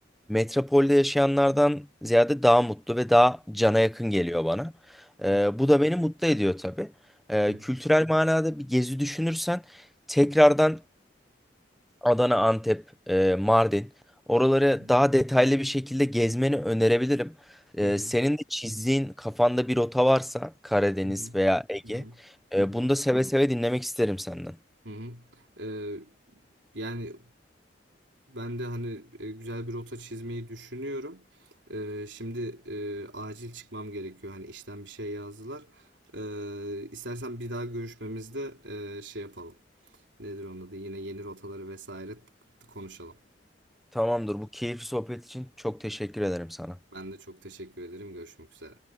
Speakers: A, in the centre; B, on the right.
A: Metropolde yaşayanlardan ziyade daha mutlu ve daha cana
B: Hı hı.
A: yakın geliyor bana. Ee,
B: Hı hı.
A: bu da beni mutlu ediyor tabii. Ee,
B: Hı hı.
A: kültürel manada bir gezi düşünürsen tekrardan Adana, Antep, e, Mardin oraları
B: Hı hı.
A: daha detaylı bir şekilde gezmeni önerebilirim.
B: Hı
A: Ee,
B: hı.
A: senin de çizdiğin kafanda bir rota varsa Karadeniz
B: Hı hı.
A: veya Ege,
B: Hı hı.
A: e,
B: Hı hı.
A: bunu da seve seve dinlemek isterim senden.
B: Hı hı. Ee, yani ben de hani e, güzel bir rota çizmeyi düşünüyorum. Ee, şimdi e, acil çıkmam gerekiyor. Hani işten bir şey yazdılar. Ee, istersen bir daha görüşmemizde e, şey yapalım. Nedir onun adı? Yine yeni rotaları vesaire konuşalım.
A: Tamamdır. Bu keyifli sohbet için çok teşekkür ederim sana.
B: Ben de çok teşekkür ederim. Görüşmek üzere.